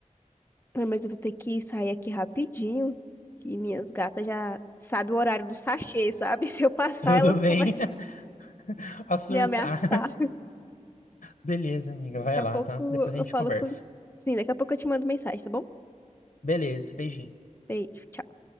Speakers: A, on the left (about 15°); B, on the left (about 85°).
A: Ah, Mas eu vou ter que sair aqui rapidinho, que minhas gatas já sabem o horário do sachê, sabe? <laughs> Se eu passar,
B: Tudo
A: elas
B: bem.
A: começam
B: <laughs> A surtar.
A: a me ameaçar.
B: Beleza, amiga.
A: Daqui
B: Vai
A: a
B: lá,
A: pouco
B: tá? Depois
A: eu
B: a gente
A: falo
B: conversa.
A: com... Sim, daqui a pouco eu te mando mensagem, tá bom?
B: Beleza, beijinho.
A: Beijo, tchau.